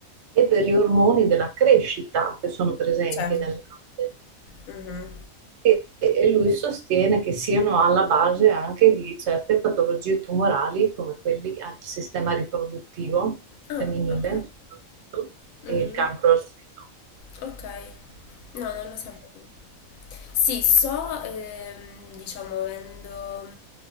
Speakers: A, on the right (about 65°); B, on the left (about 75°).
A: e per gli ormoni della crescita che sono presenti
B: Certo.
A: nel latte.
B: Mhm.
A: E, e lui sostiene che siano alla base anche di certe patologie tumorali, come quelli al sistema riproduttivo
B: Ah,
A: femminile
B: ok.
A: soprattutto,
B: Mhm.
A: e il cancro al seno,
B: Ok. No, non lo sapevo. Sì, so, ehm, diciamo, avendo